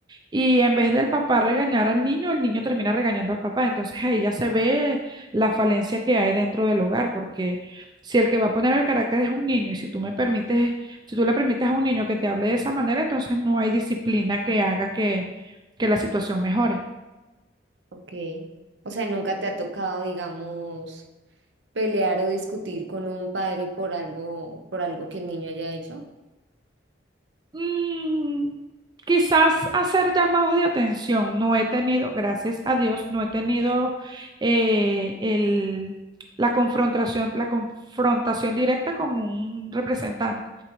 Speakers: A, on the right; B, on the right.
A: Y en vez del papá regañar al niño, el niño termina regañando al papá. Entonces ahí ya se ve la falencia que hay dentro del hogar, porque si el que va a poner el carácter es un niño y si tú me permites, si tú le permites a un niño que te hable de esa manera, entonces no hay disciplina que haga que, que la situación mejore.
B: Ok. O sea, nunca te ha tocado, digamos, pelear o discutir con un padre por algo, por algo que el niño haya hecho.
A: Mm, quizás hacer llamados de atención. No he tenido, gracias a Dios, no he tenido eh, el, la confrontación, la confrontación directa con un representante